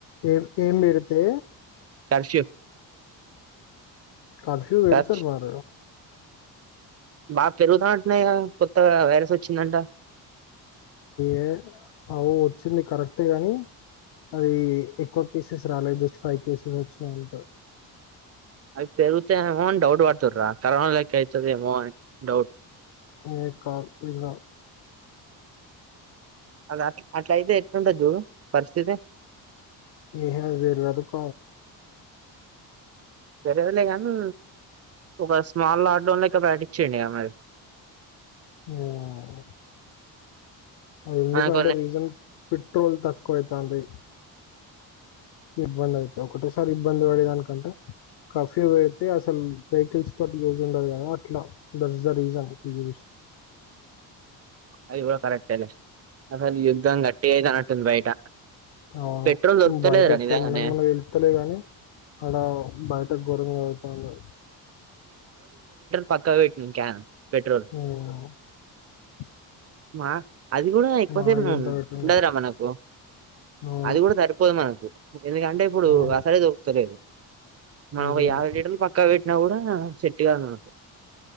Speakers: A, on the left; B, on the right.
A: ఏం ఏం పెడితే
B: కర్షిప్
A: కర్ఫ్యూ పెడతు
B: కర్ఫ్
A: మార
B: బాగా పెరుగుతా అంటున్నాయా కొత్త వైరస్ వచ్చిందంట
A: ఏ అవు వచ్చింది కరెక్ట్ గాని అది ఎక్కువ పసెస్ రాల జస్ట్ ఫైవ్ కేసెస్ వచ్చినాయంట
B: అవి పెరుగుతతే అమో డౌట్ పడుతవ రా కారణాలకిచ్చదిమో డౌట్
A: ఏ కాధు ఇంకా
B: అ అట్లా అయితే ఎట్లంత జవు పరిస్థితి
A: ఏహ వేరు అదుక
B: సరేదులే నీ ఒక స్మాల్ ఆడ్డౌన్ లక ప్రాక్టిస్ చేయండి మరి
A: ఉమ్ ఎందుకంటే
B: మనకోన్నే
A: రీజన్ పెట్రోల్ తక్కువ అతుంది ఇబ్బంది అవుత ఒకటేసారి ఇబ్బంది పడేదానికంటే కర్ఫ్యూ పెడితే అసలు వెహికల్స్ తోటి యూజ్ ఉండదు కదా అట్లా దట్స్ ద రీజన్ టు చుస్
B: అది ఇ కరెట్ అలే అస యుద్ధాంగా గట్టి అయితే అటుంది బయట
A: ఆ
B: పెట్రోల్ దొరుకుతలేదురా
A: బయట ఇక్కడ
B: నిజంగానే
A: మనకి మన వెళ్తలే గాని అక్కడ బయట ఘోరంగా అ తను
B: పక్క పెట్టి క్యాన్
A: ఉమ్
B: పెట్రోల్ మా అది కూడా ఎక్కువసేపు
A: మా ఎంత పెట్టిండో
B: ఉండదురా మనకు
A: అవును
B: అది కూడా సరిపోదు మనకు ఎందుకంటే ఇప్పుడు
A: అవును
B: అసలేే దొకుతలేదు అయా
A: నిజమే
B: వట పక్కా వట్ ఎపుద్యన సెట్గా కధు నాకు